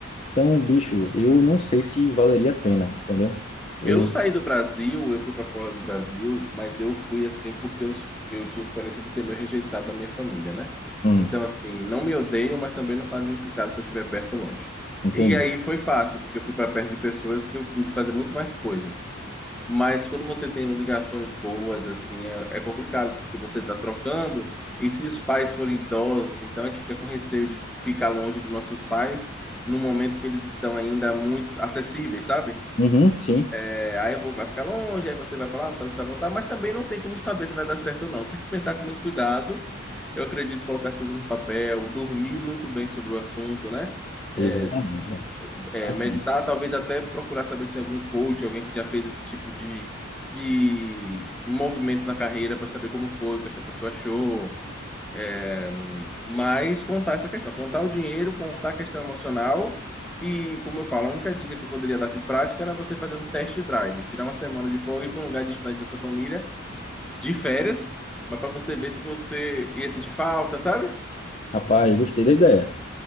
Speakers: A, on the left; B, in the centre.
A: Então, bicho, eu não sei se valeria a pena, entendeu? Eu,
B: Eu saí do Brasil, eu fui para fora do Brasil, mas eu fui assim porque eu, eu tinha experiência de ser meio rejeitado da minha família, né?
A: hum,
B: Então, assim, não me odeio, mas também não faz muito caso se eu estiver perto ou longe.
A: entendi.
B: E aí foi fácil, porque eu fui para perto de pessoas que eu pude fazer muito mais coisas. Mas quando você tem ligações boas, assim, é, é complicado, porque você está trocando, e se os pais forem idosos, então a gente fica com receio de ficar longe dos nossos pais num momento que eles estão ainda muito acessíveis, sabe?
A: Uhum, sim,
B: É, aí eu vou- vai ficar longe, aí você vai pra lá, não sabe se vai voltar, mas também não tem como saber se vai dar certo ou não. Tem que pensar com muito cuidado. Eu acredito em colocar as coisas no papel, dormir muito bem sobre o assunto, né?
A: exatamente,
B: É,
A: né?
B: é,
A: Assim,
B: meditar, talvez até procurar saber se tem algum coach, alguém que já fez esse tipo de, de movimento na carreira para saber como foi, o que é que a pessoa achou. É, mas contar essa questão, contar o dinheiro, contar a questão emocional e, como eu falo, a única dica que eu poderia dar se prática era você fazer um test drive, tirar uma semana de folga e ir para um lugar distante da sua família, de férias, mas para você ver se você ia sentir falta, sabe?
A: rapaz, gostei da ideia.